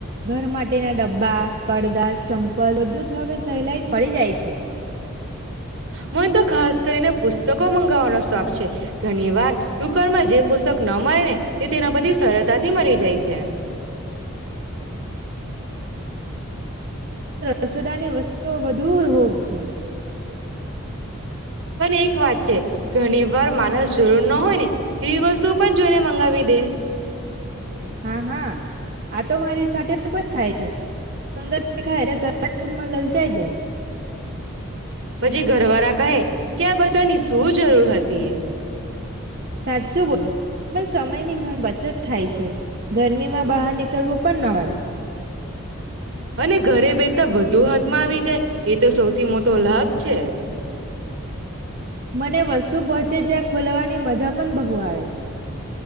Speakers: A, on the right; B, on the right.
A: ઘર માટેના ડબ્બા પડદા ચંપલ બધું જ હવે સહેલાઈ મળી જાય છે.
B: મ તો ખાસ કરીને પુસ્તકો મંગાવવાનો શોખ છે ઘણી વાર દુકમાં જે પુસ્તક ન મળે ને તે તેના પરથી સરળતાથી મરી જાય છે.
A: રસોદા ની વસ્તુ વધુ હોવ છો.
B: પણ એક વાત છે ઘણી વાર માણસ જરૂર ન હોય ને તી વસ્તુ પણ જોઈને મંગાવી દે.
A: હા હા આ તો મારી સાથે પણ થાય છે સુંદર દેખાય એટલે તરત જ મ લલચાઈ જાય.
B: પછી ઘરવાળા કહે કે આ બધાની શું જરૂર હતી.
A: સાચું બોલે પણ સમય ની ઘ બચત થાય છે ગરમીમાં બહાર નીકળવું પણ ન પડે.
B: અને ઘરે બેતા બધું હતા. માં આવી જાય. એ તો સૌથી મોટો લાભ છે.
A: મને વસ્તુ પહોંચે જ્યાં ખોલવાની મજા પણ બહુ આવે છે.